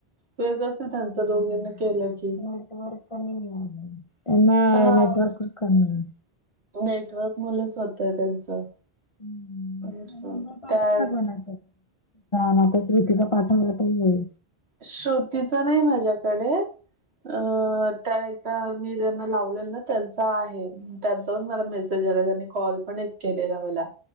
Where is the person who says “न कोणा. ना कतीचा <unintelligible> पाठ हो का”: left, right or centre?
Left